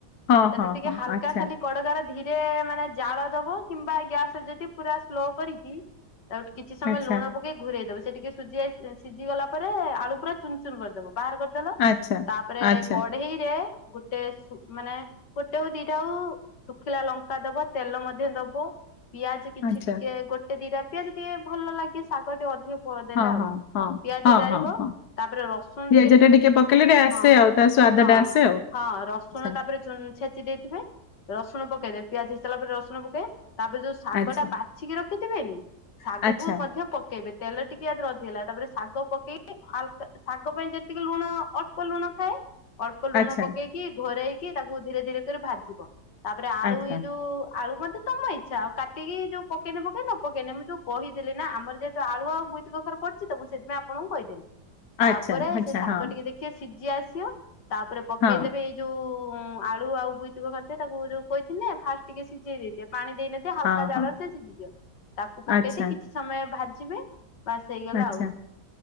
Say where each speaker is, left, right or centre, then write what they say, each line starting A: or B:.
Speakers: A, on the left; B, on the left.
A: ହଁ
B: ସେଠୁ
A: ହଁ
B: ଟିକେ
A: ହଁ
B: ହାଲକା
A: ଆଚ୍ଛା
B: ଖାଲି। କଡକାର ର ଧୀରେ ମାନେ ଜାଳ ଦବ କିମ୍ବା ଗ୍ୟାସ ରେ ଯଦି ପୁରା ସ୍ଲୋ କରିକି। ତାକୁ ଟି କିଛି ସମୟ
A: ଆଚ୍ଛା
B: ଲୁଣ ପକେଇ ଘୁରେଇ ଦବ ସେ ଟିକେ ସୁଝି ଆସି ସିଝି ଗଲା ପରେ ଆଳୁୁରା ଚୁନ ଚୁନ କରିଦବ। ବାହାର କରିଦେଲ
A: ଆଚ୍ଛା
B: ତାପରେ
A: ଆଚ୍ଛା
B: କଢେଇରେ ଗୋଟେ ସୁ ମାନେ। ଗୋଟେ ହଉ ଦିଟା ହଉ ଶୁଖିଲା ଲଙ୍କା ଦବ ତେଲ ମଧ୍ୟ ଦବ। ପିଆଜ କିଛି
A: ଆଚ୍ଛା
B: ଟିକେ ଗୋଟେ ଦିଟା ପିଆଜ ଟିକେ ଭଲ ଲାଗେ ଶାଗ ଟିକେ ଅଧିକ। କ ଦେଲେ
A: ହଁ
B: ଆଉ
A: ହଁ ହଁ
B: ପିଆଜ
A: ହଁ
B: ଜାରିବ
A: ହଁ ହଁ
B: ତାପରେ ରସୁଣ
A: ପିଆଜ
B: ଟିକେ ଚୁନ
A: ଟା
B: ଚୁନ
A: ପକେଇଲେ ଟିକେ ଆସେ
B: ହଁ।
A: ଆଉ ତା ସ୍ଵାଦ
B: ହଁ
A: ଟା ଆସେ
B: ହଁ ରସୁଣ
A: ଆଉ।
B: ତାପରେ ଉଁ ଛେଚି ଦେଇଥିବେ ରସୁଣ ପକେଇବେ ପିଆଜ ହେଇସାଇଲା ପରେ ରସୁଣ ପକେଇବେ ତାପରେ ଯୋଉ ଶାଗଟା
A: ଆଚ୍ଛା
B: ବା ଛିକି ରଖିଥିବେନି ଶାଗକୁ
A: ଆଚ୍ଛା
B: ମଧ୍ୟ ପକେଇବେ ତେଲ ଟିକେ ଆଦେହରେ ଅଧିକ ଲାଗେ ତାପରେ ଶାଗ ପକେଇକି ହାଲକା ଶାଗ ପାଇଁ ଯେତିକି ଲୁଣ ଅ ଳ୍ପ ଲୁଣ ଖାଏ ଅଳ୍ପ ଲୁଣ
A: ଆଚ୍ଛା
B: ପକେଇକି ଘୋରେଇକି ତାକୁ ଧୀରେ ଧୀରେ କରି ଭାଜିବ। ତାପରେ ଆଳୁ
A: ଆଚ୍ଛା
B: ଏ ଯୋଉ ଆଳୁ <unintelligible> ତମ ଇ ଆଛା ଆଉ କାଟିକି ଯୋଉ ପକେଇନେ ପକୁଅ ନ ପକେଇନେ ମୁଁ ଯୋଉ କହିଦେଲି ନା ଆମର ଯେହେତୁ ଆଳୁ ଆଉ ବୋଇତି କଖର ପଡିଚି ତ ମୁଁ ସେଥିପାଇଁ ଆପଣଙ୍କୁ କହିଦେଲି ତା
A: ଆଚ୍ଛା
B: ଉପରେ
A: ଆଚ୍ଛା ଆଚ୍ଛା
B: ସେ ଶାଗ
A: ହଁ
B: ଟିକେ ଦେ ଖିଏ ସିଜି ଆସିବ ତାପରେ ପକେଇଦେବେ
A: ହଁ
B: ଏଇ ଯୋଉ ଆଳୁ ଆଉ ବୋଇତି କଖାରୁ ଥାଏ ତାକୁ ଯୋଉ କହିଥିଲି ନା ଫାଷ୍ଟ ଟିକେ ସିଜେଇ ଦେଇଥିବେ ପାଣି ଦେଇନ ହାଲକା
A: ହଁ
B: ଜାଳରେ
A: ହଁ
B: ସେ ସିଝି ଯିବ ତାକୁ ପକେଇଦେଇ
A: ଆଚ୍ଛା
B: କିଛି ସମୟ ଭାଜିବେ ପାସ୍ ହେଇଗଲା
A: ଆଚ୍ଛା
B: ଆଉ।